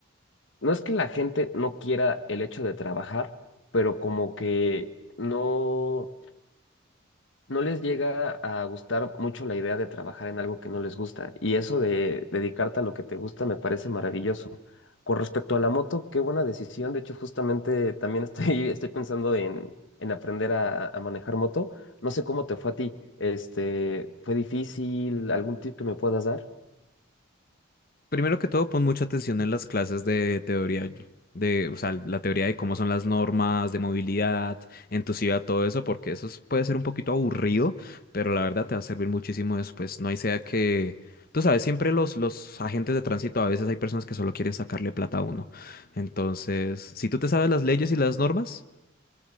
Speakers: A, on the left (about 65°); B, on the left (about 45°).
A: no es que la gente no quiera el hecho de trabajar, pero como que no no les llega a gustar mucho la idea de trabajar en algo que no les gusta. Y eso de dedicarte a lo que te gusta me parece maravilloso. Con respecto a la moto, qué buena decisión. De hecho, justamente también estoy, <laughs> estoy pensando en, en aprender a, a manejar moto. No sé cómo te fue a ti. Este, ¿fue difícil? ¿Algún tip que me puedas dar?
B: Primero que todo, pon mucha atención en las clases de teoría, de, o sea, la teoría de cómo son las normas de movilidad en tu ciudad, todo eso, porque eso es- puede ser un poquito aburrido, pero la verdad te va a servir muchísimo después. No hay sea que, tú sabes, siempre los, los agentes de tránsito, a veces hay personas que solo quieren sacarle plata a uno. Entonces, si tú te sabes las leyes y las normas,